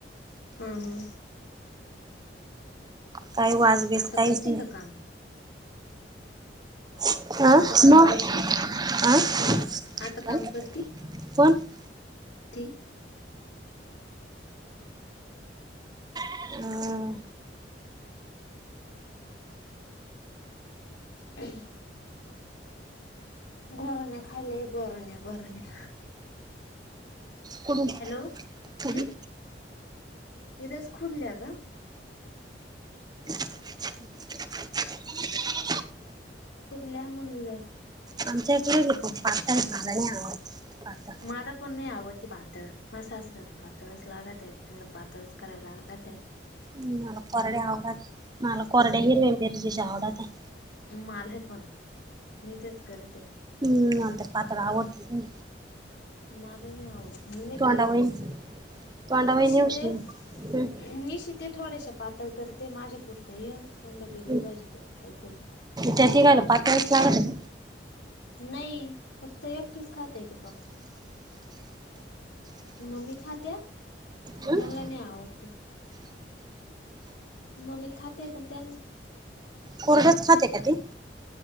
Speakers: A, on the left (about 85°); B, on the right (about 25°).
A: हा हा
B: काही वाजबीज
A: आता
B: काहीच
A: करते
B: नाही.
A: का काम?
B: <unintelligible>
A: आता काम करती हम्म आता काम करती ती.
B: अ
A: <inaudible> घरूने खाले गोरण्या गोरण्या.
B: कुडून
A: हॅलो हं!
B: कुडून
A: येदस खुडल्या का?
B: <inaudible>
A: खुडल्या म्हनल.
B: आमच्याईकडे पातळ मला नाही आवडत पातळ.
A: मला पन नाई आवडते पातळ माझ्या सासऱ्याला पातळच लागते त्यांनला पातळच करायला लागते.
B: मला कोरड्या आवडते मला कोरड्या हिरवे मिरचेच्या आवडते.
A: माले पण मी तेच करीते.
B: मला ते पात्र आवडतच नाई.
A: मले मी आवडत. नी
B: तोंडावळी
A: करीत मग ती
B: तोंडावळी
A: मी
B: नेऊ
A: शिते
B: हम्म
A: मी शिते. ते थोड्याशा पातळ करते माझ्या पुरत ये त्यांना वेगलि
B: हम्म
A: भाजी करते कायतरी.
B: त्या तिघाला पातळच लागते.
A: नाई फक्त एकटेच खाताये ते पापा मम्मी खात्या पन
B: हम्म
A: त्यांनला नाई आवडती. मममी खाते पण त्यां
B: कोरडचं खाते का ती?